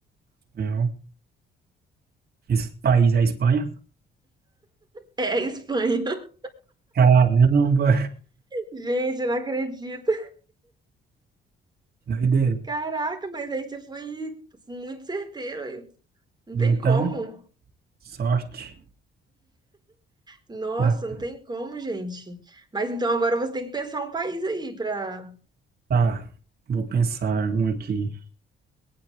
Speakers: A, on the right; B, on the right.
A: Espanhol. Esse país é a Espanha?
B: É a Espanha. <laughs>
A: Caramba,
B: Gente, eu não acredito.
A: que doideira.
B: Caraca, mas aí você foi muito certeiro aí. Não
A: Então,
B: tem como.
A: sorte.
B: Nossa,
A: Ah,
B: não tem como, gente. Mas então agora você tem que pensar um país aí para.
A: Tá, vou pensar um aqui.